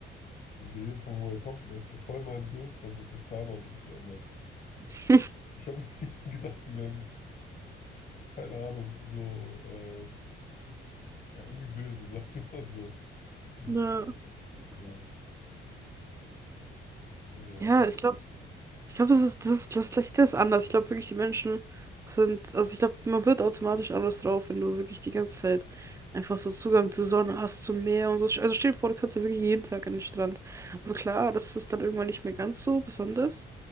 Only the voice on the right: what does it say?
<laughs>
Ja,
ja
ich glaube, ich glaube, das ist, das ist, das Licht ist anders. Ich glaube wirklich, die Menschen sind, also ich glaube, man wird automatisch anders drauf, wenn du wirklich die ganze Zeit einfach so Zugang zur Sonne hast, zum Meer und so. Also stell dir vor, du kannst ja wirklich jeden Tag an den Strand. Also klar, das ist dann irgendwann nicht mehr ganz so besonders,